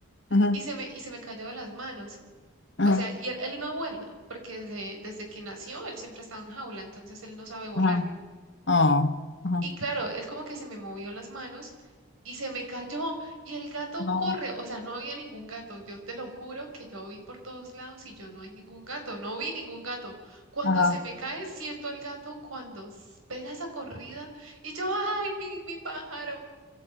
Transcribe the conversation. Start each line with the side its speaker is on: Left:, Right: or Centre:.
Left: ujú,
Right: y se me, y se me cayó de las manos.
Left: ujú,
Right: O sea, y él, él no vuela, porque desde, desde que nació él siempre ha estado en jaula, entonces él no sabe volar.
Left: ajá. Oh, ajá.
Right: Y claro, él como que se me movió en las manos y se me cayó y el gato
Left: No,
Right: corre, o sea, no había ningún gato, yo te lo juro que yo vi por todos lados y yo no hay ningún gato, no vi ningún gato. Cuando
Left: ajá.
Right: se me cae, siento al gato cuando s- pega esa corrida y yo, ay, mi, mi pájaro.